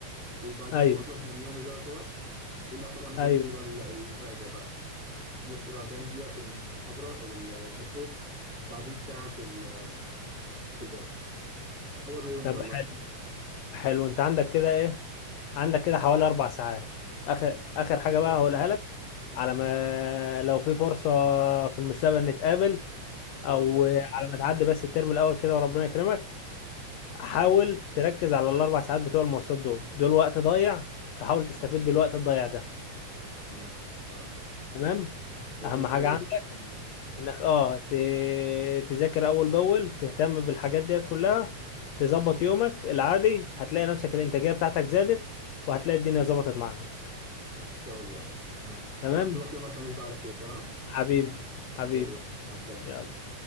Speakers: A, on the right; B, on the left.
A: وبعدين
B: ايوه
A: بخلص من يومي بقى كده وده طبعا نفس
B: ايوه
A: الطريق بقى ال- الراجع بقى نص 40 دقيقه في المحاضره او المترو بعدين ساعه في ال- في الباص هو ده يومي
B: طب
A: والله
B: حلو حلو انت عندك كده ايه عندك كده حوالي اربع ساعات اخر اخر حاجه
A: بالظبط
B: بقى هقولها لك على ما لو في فرصه في المستقبل نتقابل
A: ان شاء
B: او
A: الله
B: على ما تعدي بس الترم الاول كده وربنا يكرمك حاول
A: مم.
B: تركز على الاربع ساعات بتوع المواصلات دول دول وقت ضايع فحاول تستفيد بالوقت الضايع ده
A: تمام تمام
B: تمام
A: والله
B: اهم حاجه
A: كويس
B: عندك
A: مم. ان
B: انك اه ت... تذاكر اول باول تهتم بالحاجات ديت كلها تظبط يومك العادي هتلاقي نفسك الانتاجيه بتاعتك زادت وهتلاقي الدنيا ظبطت معاك
A: شاء الله تمام
B: تمام
A: اشوفك يوم الخميس بقى على خير تمام
B: حبيبي حبيبي
A: يلا مع السلامه
B: يلا